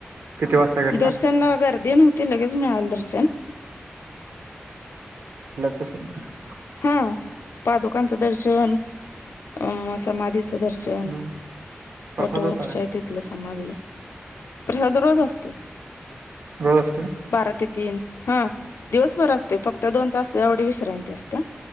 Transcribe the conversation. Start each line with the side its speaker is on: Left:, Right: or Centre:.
Right: किती वाजता घेतला
Left: दर्शनला गर्दी नव्हती लगेच मिळाल दर्शन
Right: अ
Left: हा पादुकांचं दर्शन अ समाधी सदर्शन
Right: मग प्रसाद
Left: वटवर्कशा
Right: होता काय
Left: आहे तथलं समाधी प्रसाद रोज असते
Right: रोज असतोय
Left: बारा ते तीन हा दिवसभर असतोय फक्त दोन तास तेवढ विश्रांती असते